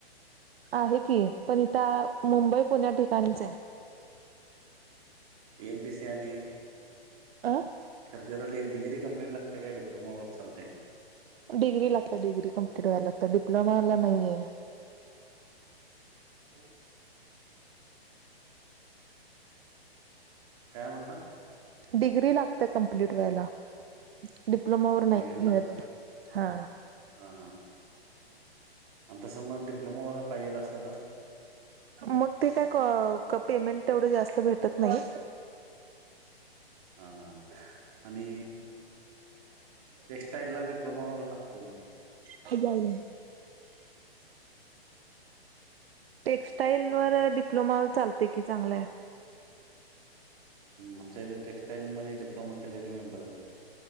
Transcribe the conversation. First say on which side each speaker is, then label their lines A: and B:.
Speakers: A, on the right (about 70°); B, on the right (about 35°).
A: आहे की पण इथ मुंबई पुण्या ठिकाणीच आहे.
B: ए न टी सी आणि
A: आ
B: कार त्याला ड डिग्री कम्लीट लाते का डिप्लोमा वर्स चालते
A: डिग्री लागते डिग्री कम्प्िट व्हायला लागत डि्लोमालाये
B: हो काय म्हनला
A: डिग्री लागते कम्प्लीट व्हायला डिप्लोमा व
B: डिग्री
A: नाही
B: लागते
A: हा
B: हा ह आणि तसं मग डिप्लोमा वगैरे पाहिजे असलं तर
A: मग ते काय पेमेंट तेवढं जास्त भेटत नाही
B: हा हा आणि टक्स्टाईल ला डिप्लोमा व लागत ग
A: खपवजे. टेक्स्टाईल व डिप्लोमा चालते की चांगलंय
B: आमच्या इथे टेक्स्टाईलमध्येध्ये डिप्लोमा केलेली मेंबर येतो